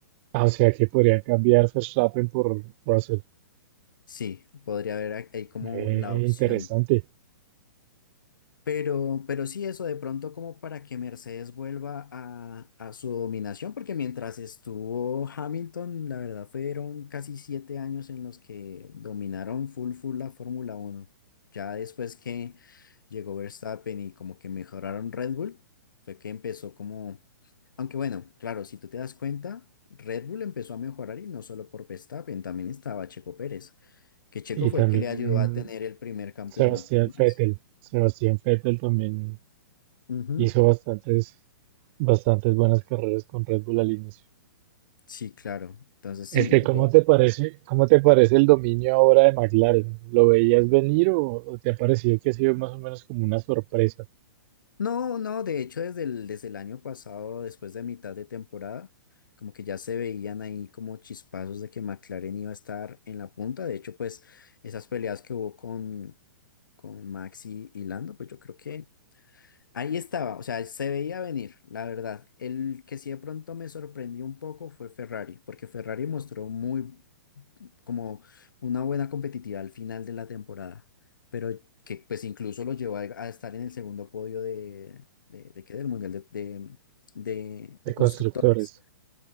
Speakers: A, on the right (about 35°); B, on the left (about 75°).
A: Ah, o sea que podrían cambiar Verstappen por Russell.
B: Sí, podría haber ahí como
A: Eh,
B: la opción.
A: interesante.
B: Pero, pero sí, eso de pronto como para que Mercedes vuelva a, a su dominación, porque mientras estuvo Hamilton, la verdad fueron casi siete años en los que dominaron full full la Fórmula Uno Ya después que llegó Verstappen y como que mejoraron Red Bull, fue que empezó como... Aunque bueno, claro, si tú te das cuenta, Red Bull empezó a mejorar y no solo por Verstappen, también estaba Checo Pérez, que Checo
A: Y
B: fue
A: también
B: el que le ayudó a tener
A: mm,
B: el primer campeonato
A: Sebastián
B: a Max.
A: Vettel. Sebastián Vettel también
B: Ujú.
A: hizo bastantes, bastantes buenas carreras con Red Bull al inicio.
B: Sí, claro. Entonces sí.
A: Este, ¿cómo
B: de-
A: te parece, cómo te parece el dominio ahora de McLaren? ¿Lo veías venir o, o te ha parecido que ha sido más o menos como una sorpresa?
B: No, no, de hecho desde el, desde el año pasado, después de mitad de temporada, como que ya se veían ahí como chispazos de que McLaren iba a estar en la punta. De hecho, pues esas peleas que hubo con, con Max y, y Lando, pues yo creo que ahí estaba, o sea, se veía venir, la verdad. El que sí de pronto me sorprendió un poco fue Ferrari, porque Ferrari mostró muy como una buena competitividad al final de la temporada, pero que pues incluso lo llevó a, a estar en el segundo podio de, de, de qué, del Mundial de, de, de- de
A: De
B: Constructores.
A: constructores.